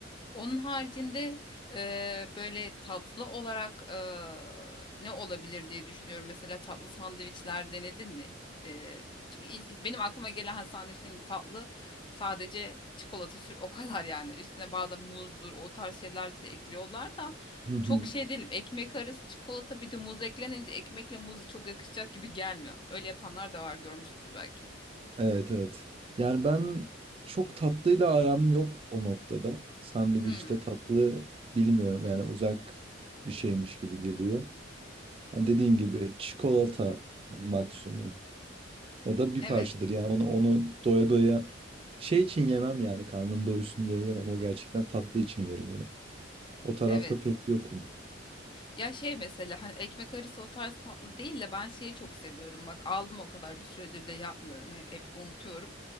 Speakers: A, on the left (about 25°); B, on the right (about 30°).
A: Onun haricinde e, böyle tatlı olarak e, ne olabilir diye düşünüyorum. Mesela tatlı sandviçler denedin mi? E, hiç- benim aklıma gelen hani, sandviçlerin tatlı sadece çikolata sür o kadar yani. Üstüne bazen muzdur o tarz şeylerdir ekliyorlar da.
B: Hmm.
A: Çok
B: <laughs>
A: şey değilim. Ekmek arası çikolata bir de muz eklenince ekmekle muzu çok yakışacak gibi gelmiyor. Öyle yapanlar da var görmüşsündür belki.
B: Evet evet. Yani ben çok tatlıyla aram yok o noktada. Sandviçte
A: Hmm,
B: tatlı bilmiyorum yani uzak bir şeymiş gibi geliyor. Hani dediğin gibi çikolata maksimum. O da bir
A: evet,
B: parçadır yani onu onu doya doya şey için yemem yani karnım doysun diye yemem. O gerçekten tatlı için yerim onu. O tarafta
A: evet.
B: pek yokum.
A: Ya şey mesela hani ekmek arası o tarz tatlı değil de ben şeyi çok seviyorum. Bak aldım o kadar bir süredir de yapmıyorum. Hep, hep unutuyorum.